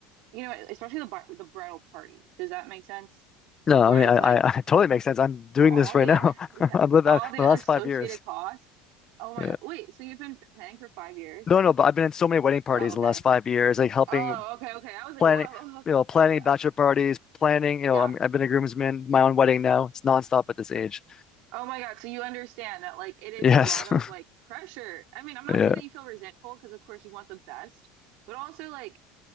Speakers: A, on the right; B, on the left.
A: you know, especially the bar the bridal party. Does that make sense?
B: No,
A: Where
B: I mean,
A: it's
B: I, I,
A: like
B: I totally makes sense. I'm doing
A: all
B: this right
A: the
B: now.
A: <laughs>
B: <laughs>
A: yeah,
B: I've lived
A: all
B: that
A: the
B: my last
A: associated
B: five years.
A: costs. Oh my
B: Yeah.
A: God. Wait, so you've been planning for five years?
B: No, no, but I've been in so many wedding parties
A: Oh, okay.
B: in the last five years, like helping
A: Oh, okay, okay. I was like,
B: planning,
A: whoa, <laughs> okay.
B: you know, planning
A: Yeah.
B: bachelor parties, planning, you know,
A: Yeah.
B: I'm, I've been a groomsman, my own wedding now. It's nonstop at this age.
A: Oh my God. So you understand that like it is
B: Yes.
A: a lot of
B: <laughs>
A: like pressure. I mean, I'm not
B: Yeah.
A: saying that you feel resentful because of course you want the best, but also like